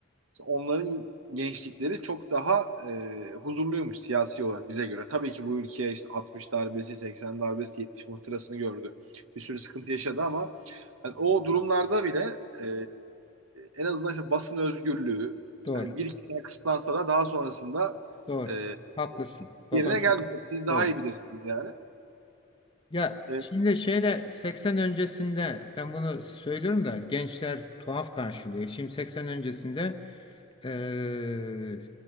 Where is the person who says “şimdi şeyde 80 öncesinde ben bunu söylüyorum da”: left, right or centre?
Left